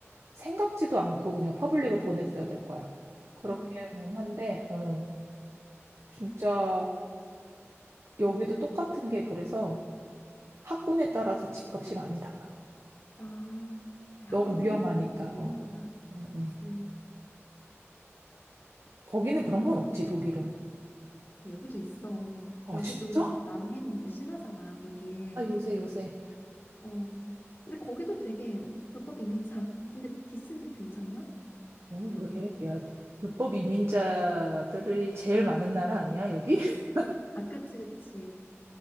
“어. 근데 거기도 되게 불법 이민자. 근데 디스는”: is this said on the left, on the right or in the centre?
Left